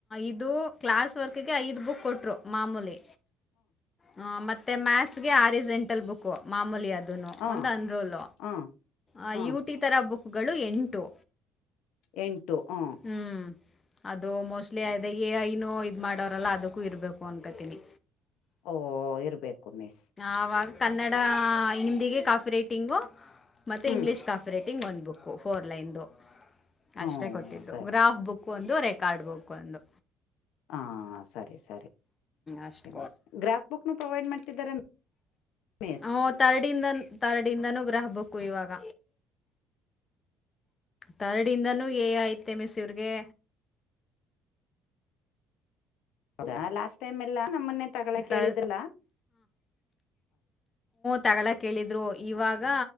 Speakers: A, on the left; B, on the left.
A: ಇದು ಕ್ಲಾಸ್ ವರ್ಕ್ ಗೆ ಐದು ಬುಕ್ ಕೊಟ್ರು ಮಾಮೂಲಿ ಹ ಮತ್ತೆ ಮ್ಯಾಸ್ ಆಜೆಂಟಲ್ ಬುಕ್ು ಮಾಮೂಲಿ ಅದು ಅದ
B: ಹ
A: ಒಂದು ಅನ್ರೂಲ
B: ಹ
A: ಆ
B: ಹ
A: ಯುಟಿ ತರ ಬು ಎಂಟು
B: ಎಂು ಟ್ಟು ಹ
A: ಹ್ಞೂ ಅದು ಮೋಸ್ಟ್ಲಿ ಅ ಐನು ಇದು ಮಾಡೋಾರಲ್ಲ ಅದಕ್ಕೂ ಇರಬೇಕು ಅನ್ಕತೀನಿ
B: ಓಹ ಇರ್ಬೇಕು ಮಿಸ್
A: ಆವಾಗ ಕನ್ನಡ ಹಿಂದಿಗೆ ಕಾಫಿ ರೈಟಿಂಗು ಮತ್ತೆಂಗ್ೀಷ್ಾಫ್ರೆ
B: ಹ್ಮ್
A: ಟಿಂಗ್ ಒಂದು ಬುಕ್ಕು ಫೋರ್ ಲೈನ್ದು
B: ಹ್ಮ
A: ಅಷ್ಟೇ ಕೊಟ್ಟಿದ್ದು
B: ಸರಿ
A: ಗ್ರಾಫ್ ಬುಕ್ ಬ ಒಂದು ರೆಕಾರ್ಡ್ ಬಕ್ ಒಂದು
B: ಹಾ ಸರಿ ಸರಿ
A: ಅಷ್ಟು
B: ಮ ಗ್ರಾಫ್ ಬುಕ್ ಪ್ರೊವೈಡ್ ಮಾಡ್ತಿದ್ದಾರೆ ಮಿಸ್
A: ಹ ತರಡಿಂದ ತರಡಿಂದನೂ ಗ್ರಹ ಬಕ್ಕು ಇವಾಗ ತರಡಿಂದನೂ ಏ ಐತೆ ಮಿಸಿ್ರಗೆ
B: ಹೌದಾ ಲಾಸ್ಟ್ ಟೈಮ್ ಎಲ್ಲ ನ ಮೊನ್ನೆ ತಗಳ ಕೇಳಿದ್ದಲ್ಲ
A: ತ ತಗಗಳಲ ಕೇಳಿದ್ರು ಇವಾಗ